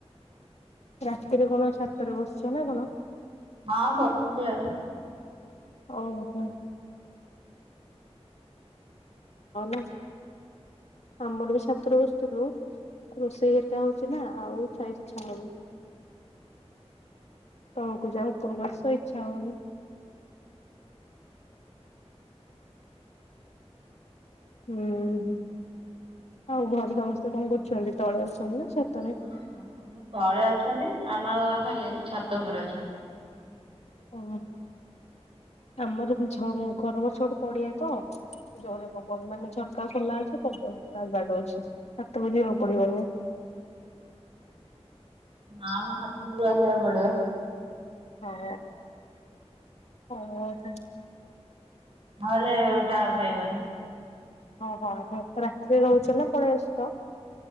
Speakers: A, on the left; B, on the right.
A: ରାତି୍ର କ ସାତଟାରେ ବସଛ ନା କ
B: ହଁ ବସିଛି ଆଉ।
A: ଓହୋ ଭଲ ନା। ଆମର ବି ଛାତରେ ବସିୁଥିଲୁ ରୋଷେଇ ହେଟା ହଉଛି ନା ଆଉ ଚାଚଛା ହଉ ତଳକୁ ଯା ଉପରକୁ ଆସ ଇଚ୍ଛା ହଉନି। ହୁଁ ହୁଁ ଆଉ ଘରେ ସମସ୍ତେ କଣ କରୁଛନ୍ତି ତଳେ। ଅଛନ୍ତି ନା ଛାତରେ?
B: ସବୁ ତଳେ ଅଛନ୍ତି ମାମା ଖାଲି ଛାତ ଉପରେ ଅଛନ୍ତି।
A: ଓ ଆମର ଘର ଗଛ ଗୋଟେ ପଡିଆ ତ ଜୋରେ ପବନ ମାନେ ଝରକା ଖୋଲା ଅଛି ପବନ ବାଡ ଅଛି ବୋ ଯିବାକୁ ପଡିବନି।
B: ଆଁ ହାତ ହ ଗ୍ଲାସ ହବଡୁ।
A: ହଁ ହ ହ।
B: ନହେଲେ ଟାୱାର ପାଇବନି।
A: ଓହୋ ହ ରାତିରେ ରହୁଛ ନା ପଳେଇସ।